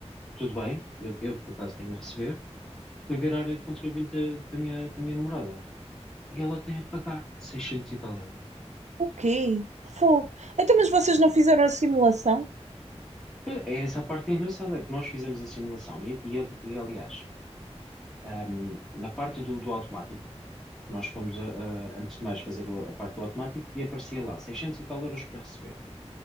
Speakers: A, in the centre; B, on the right (about 85°).
A: tudo bem, eu, eu, por acaso tenho a receber. Fui ver a área de contribuinte da, da minha, da minha namorada e ela tem a pagar 600 e tal euros.
B: O quê? Fogo. Então, mas vocês não fizeram a simulação?
A: É essa a parte engraçada, é que nós fizemos a simulação e, e, e, aliás, ahm, na parte do, do automático, nós fomos, a- a- antes de mais, fazer o- a parte do automático e aparecia lá 600 e tal euros para receber.